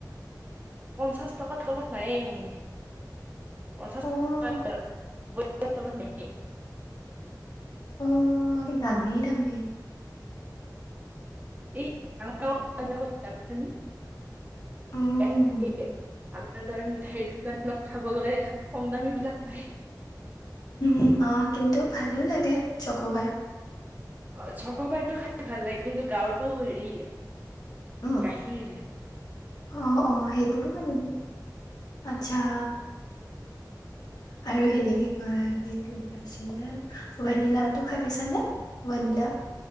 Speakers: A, on the right; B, on the left.
A: পঞ্চাছ টকাৰ তলত নাইেই পঞ্চাছ
B: অ অ
A: টকা নব্বৈ ট তলত নায়েই
B: অ' দামেই, দামেই।
A: <unintelligible> তমি <unintelligible>
B: উম
A: আমাৰ ধৰ মিঠাইৰ দুকান ত খাব গ'লে কম দামী বিলাক পায়।
B: উ অ' কিন্তু ভালো লাগে চক'বাৰ।
A: অ' চক' পাইটো খাই ভাল লাগে কিন্তু গাঁৱতো হেৰি
B: উম,
A: কাঁহীৰ
B: অ' অ' সেইবোৰ মাল আচ্ছা। আৰু হেৰি কি কয়? বেইট ল পচিলে <unintelligible> অই নীলা তো খাই পাইছা নে বনিলা